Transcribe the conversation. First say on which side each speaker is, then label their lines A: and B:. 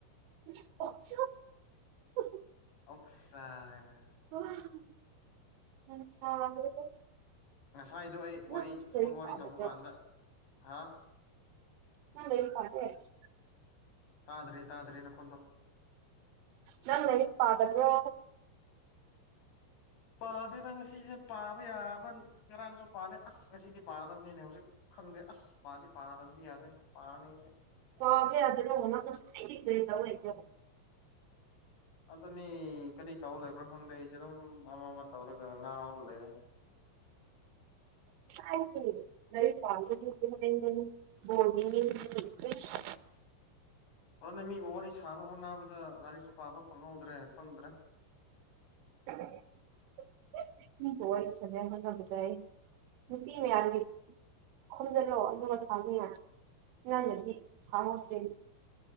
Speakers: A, on the right; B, on the left.
A: <unintelligible>
B: ꯑꯣꯛꯁꯥ ꯍꯥꯏꯅ
A: <unintelligible>
B: ꯉꯁꯥꯏꯗꯣ ꯑꯩ ꯋꯥꯔꯤ
A: ꯅꯪ
B: ꯐꯣꯟ
A: ꯂꯥꯏꯔꯤꯛ
B: ꯋꯥꯔꯤ
A: ꯄꯥꯗꯕ꯭ꯔꯣ
B: ꯇꯧꯕ ꯀꯥꯟꯗ ꯍꯥ
A: <unintelligible>
B: ꯇꯥꯗ꯭ꯔꯦ ꯇꯥꯗ꯭ꯔꯦ ꯅꯈꯣꯟꯗꯣ
A: ꯅꯪ ꯂꯩꯔꯤꯛ ꯄꯥꯗꯕ꯭ꯔꯣ
B: ꯄꯥꯗꯦꯗ ꯉꯁꯤꯁꯦ ꯄꯥꯕ ꯌꯥꯕ ꯉꯔꯥꯡꯁꯨ ꯄꯥꯗꯦ ꯑꯁ ꯉꯁꯤꯗꯤ ꯄꯥꯗꯕꯅꯤꯅꯦ ꯍꯧꯖꯤꯛ ꯈꯪꯗꯦ ꯑꯁ ꯄꯥꯗꯤ ꯄꯥꯗꯕꯗꯤ ꯌꯥꯗꯦ ꯄꯥꯔꯅꯤ ꯉꯁꯤ
A: ꯄꯕꯥ ꯌꯗꯥꯔꯣ ꯅꯪ ꯉꯁꯥꯏꯗꯒꯤ ꯀꯔꯤ ꯇꯧꯔꯥ ꯂꯩꯒꯦꯕ
B: ꯑꯗꯨꯅꯤ ꯀꯔꯤ ꯇꯧ ꯂꯩꯕ꯭ꯔꯣ ꯈꯪꯗꯦ ꯑꯩꯁꯨ ꯗꯨꯝ ꯑꯃ ꯑꯃ ꯇꯧꯔꯒ ꯉꯥꯎꯔꯒ ꯂꯩꯔꯦ <inaudible>
A: ꯉꯁꯥꯏꯗꯒꯤ ꯂꯥꯏꯔꯤꯛ ꯄꯥꯕꯗꯣ <unintelligible>
B: ꯑꯗꯨꯅ ꯃꯤꯕꯨ ꯋꯥꯔꯤ ꯁꯥꯕ ꯍꯣꯠꯅꯕꯗ ꯂꯥꯏꯔꯤꯛꯁꯨ ꯄꯥꯕ ꯐꯪꯍꯧꯗ꯭ꯔꯦ ꯈꯪꯗ꯭ꯔꯦ
A: <unintelligible> ꯎ ꯍ ꯁꯗ ꯃꯥꯏ ꯄꯤ ꯃ ꯌꯥꯦ꯫ ꯈꯨꯝꯗ ꯂꯣ ꯑꯗꯨ ꯁꯥꯎꯅꯤ ꯌꯥ ꯅꯪꯅꯗꯤ ꯁꯥꯎꯉꯗ꯭ꯔꯦꯅꯦ꯫